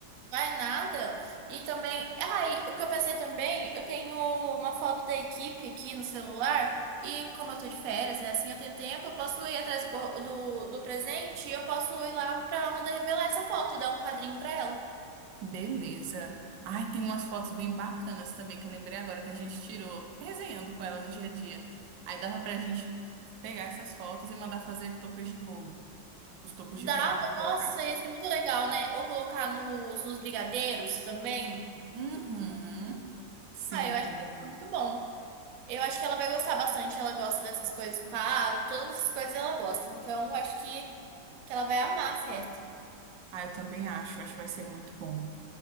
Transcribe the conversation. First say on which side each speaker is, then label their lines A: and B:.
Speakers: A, on the right; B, on the right.
A: Vai nada. E também, ai, o que eu pensei também, eu tenho uma foto da equipe aqui no celular, e como eu tô de férias, né, assim eu tenho tempo, eu posso ir atrás do, co- do, do presente e eu posso ir lá pra Amanda revelar essa foto e dar um quadrinho pra ela.
B: Beleza. Ai, tem umas fotos bem bacanas também que eu lembrei agora que a gente tirou, resenhando com ela no dia a dia. Aí dava pra gente pegar essas fotos e mandar fazer toppers de bolo. Os toppers
A: Dá,
B: de bolo pra
A: nossa,
B: colocar.
A: ia ser muito legal, né? Ou colocar nos, nos brigadeiros também.
B: Uhum. Sim.
A: Ah, eu acho que ia ficar muito bom. Eu acho que ela vai gostar bastante. Ela gosta dessas coisas, quadro, todas as coisas ela gosta. Então, eu acho que, que ela vai amar a festa.
B: Ah, eu também acho. Acho que vai ser muito bom.